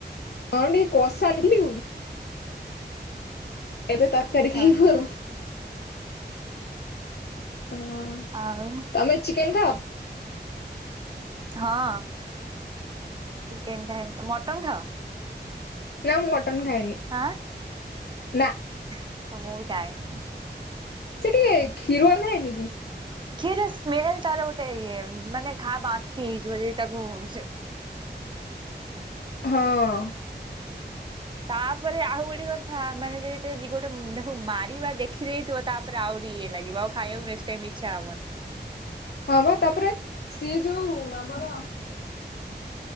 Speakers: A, on the left; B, on the right.
A: ହଁ ଟିକେ କସା ଖାଇଲୁ। ଏବେ ତରକାରୀ ଖାଇବୁ
B: ଓହୋ।
A: ଆଉ। ହଁ
B: ଆଉ
A: ତମେ ଚିକେନ୍ ଖାଅ?
B: ହଁ। ଚିକେନ ଖାଏ, ତ ମଟନ ଖାଅ।
A: ନାଁ ମୁଁ ମଟନ୍ ଖାଏନି।
B: ଆଁ।
A: ନାଁ।
B: <unintelligible>
A: ସେ ଟିକେ କ୍ଷୀରୁଆ ଗନ୍ଧେଇନିକି।
B: ଖିରେ ସ୍ମେଲ୍ ତାର ଗୋଟେ ଇଏ ମାନେ ଖା ବାନ୍ତି ହେଇଯିବ ତାକୁ ସେ
A: ହଁ।
B: ତାପରେ ଆଉ ଗୋଟେ କଥା ମାନେ ଯଦି ତାକୁ ଜୀବ ଟାକୁ ମାରିବା ଦେଖିଦେଇଥିବ ତା ଆହୁରି ଇଏ ଲାଗିବ ଆଉ ଖାଇବାକୁ ନେକ୍ସଟ ଟାଇମ ଇଚ୍ଛା ହବନି।
A: ହଁ ବା ତାପରେ ସିଏ ଯୋଉ ଆମର